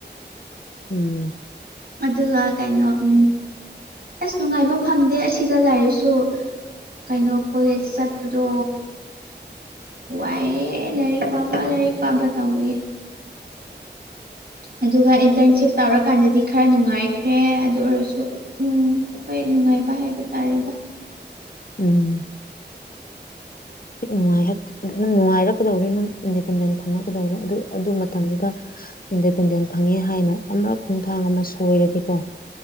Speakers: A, on the left; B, on the right.
A: ꯎꯝ
B: ꯑꯗꯨꯒ ꯀꯩꯅꯣ ꯎꯝ ꯑꯁ ꯅꯨꯡꯉꯥꯏꯕ ꯐꯪꯗꯦ ꯑꯁꯤꯗ ꯂꯩꯔꯁꯨ ꯀꯩꯅꯣ ꯀꯣꯂꯦꯖ ꯆꯠꯄꯗꯣ ꯋꯥꯏꯑꯦ ꯂꯥꯏꯔꯤꯛ ꯄꯥꯕ ꯂꯥꯏꯔꯤꯛ ꯄꯥꯕ ꯇꯧꯕꯒꯤ ꯑꯗꯨꯒ ꯏꯟꯇꯔꯟꯁꯤꯞ ꯇꯧꯔꯀꯥꯟꯗꯗꯤ ꯈꯔ ꯅꯨꯡꯉꯥꯏꯈ꯭ꯔꯦ ꯑꯗꯨ ꯑꯣꯏꯔꯁꯨ ꯅꯨꯡ ꯍꯣꯏ ꯅꯨꯡꯉꯥꯏꯕ ꯍꯥꯏꯕ ꯇꯥꯔꯦꯗ
A: ꯎꯝ ꯅꯨꯡꯉꯥꯏ ꯍꯥꯥꯛ ꯅꯪ ꯅꯨꯡꯉꯥꯏꯔꯛꯀꯗꯧꯔꯦ ꯅꯪ ꯏꯟꯗꯤꯄꯦꯟꯗꯦꯟ ꯐꯪꯉꯛꯀꯗꯧꯔꯦ ꯑꯗꯨ ꯑꯗꯨ ꯃꯇꯝꯗꯨꯗ ꯏꯟꯗꯤꯄꯦꯟꯗꯦꯟ ꯐꯪꯉꯦ ꯍꯥꯏꯅ ꯑꯃꯔꯛ ꯈꯣꯡꯊꯥꯡ ꯑꯃ ꯁꯣꯏꯔꯗꯤꯀꯣ